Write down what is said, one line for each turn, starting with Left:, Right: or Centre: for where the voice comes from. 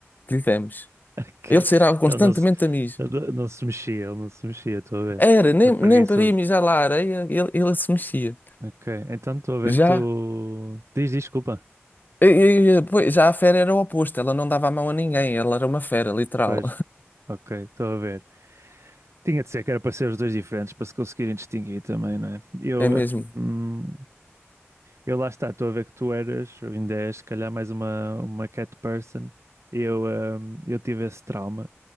Left: que lhe demos.
Right: Ok.
Left: Ele cheirava constantemente
Right: Ele não se,
Left: a mijo.
Right: ele não se mexia, ele não se mexia, estou a ver.
Left: Era, nem,
Right: É preguiçoso.
Left: nem para ir mijar lá à areia, ele, ele se mexia.
Right: Ok, então estou a ver
Left: Já,
Right: que tu. Diz, diz, desculpa.
Left: e- e- e, pois, já a fera era o oposto, ela não dava a mão a ninguém, ela era uma fera, literal.
Right: Pois. Ok, estou a ver. Tinha de ser que era para ser os dois diferentes, para se conseguirem distinguir também, não é? Eu,
Left: <laughs> É mesmo.
Right: eh, hum, eu lá está, estou a ver que tu eras, ou ainda és, se calhar mais uma, uma cat person. Eu, eh, eu tive esse trauma.